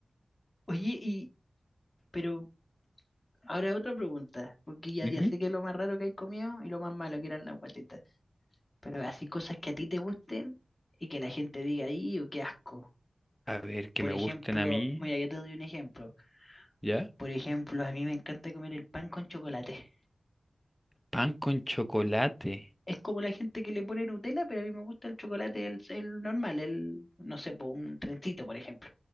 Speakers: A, on the left (about 25°); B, in the centre.
A: Oye, y... Pero ahora otra pregunta, porque ya,
B: Ujú.
A: ya sé que lo más raro que hay comido y lo más malo que eran las guatetas. Pero así cosas que a ti te gusten y que la gente diga ahí, o qué asco.
B: A ver, que
A: Por
B: me
A: ejemplo,
B: gusten a mí.
A: mira, yo te doy un ejemplo.
B: ¿Ya?
A: Por ejemplo, a mí me encanta comer el pan con chocolate.
B: Pan con chocolate.
A: Es como la gente que le pone Nutella, pero a mí me gusta el chocolate, el, el normal, el, no sé, po, un trencito, por ejemplo.